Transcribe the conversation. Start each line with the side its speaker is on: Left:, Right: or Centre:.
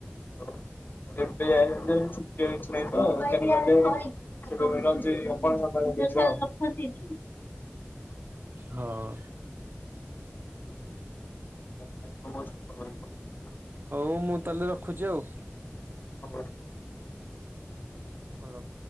Left: <unintelligible> <unintelligible> ରଖନ୍ତିନି।
Right: ହଁ।
Left: <unintelligible>
Right: ହଉ ମୁଁ ତାହେଲେ ରଖୁଚି ଆଉ।
Left: <unintelligible>
Right: ହଁ